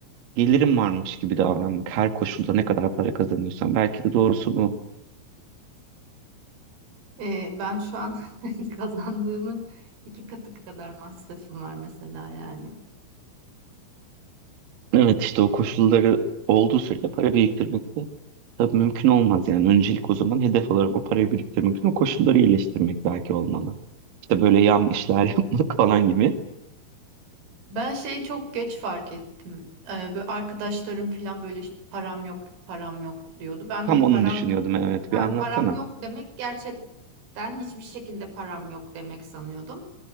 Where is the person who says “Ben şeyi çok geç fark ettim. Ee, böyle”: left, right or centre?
Right